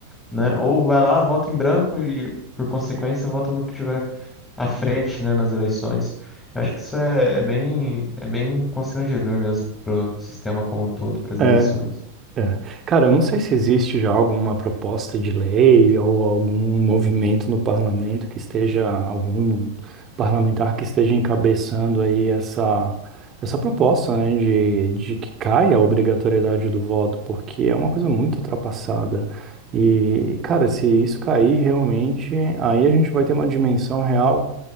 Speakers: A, on the left; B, on the right.
A: né? Ou vai lá, vota em branco e, por consequência, vota no que tiver à frente, né, nas eleições. Eu acho que isso é, é bem, é bem constrangedor mesmo pro sistema como um todo, para as
B: É,
A: eleições.
B: É. Cara, eu não sei se existe já alguma proposta de lei ou algum movimento no parlamento que esteja, algum parlamentar que esteja encabeçando aí essa, essa proposta, né, de, de que caia a obrigatoriedade do voto, porque é uma coisa muito ultrapassada. E, cara, se isso cair realmente, aí a gente vai ter uma dimensão real